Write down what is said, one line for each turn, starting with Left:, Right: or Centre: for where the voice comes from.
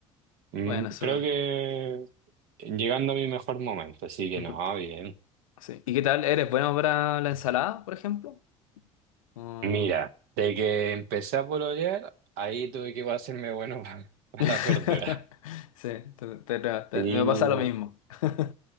Right: Mm,
Left: bueno, súper.
Right: Creo que llegando a mi mejor momento, así que
Left: Perfecto.
Right: no, bien.
Left: Sí. ¿Y qué tal? ¿Eres bueno para la ensalada, por ejemplo? O-
Right: Mira, de que empecé a pololear, ahí tuve que hacerme bueno <laughs> para
Left: <laughs>
Right: las verduras.
Left: Sí, te- te- te-
Right: Y
Left: me pasa lo mismo. <laughs>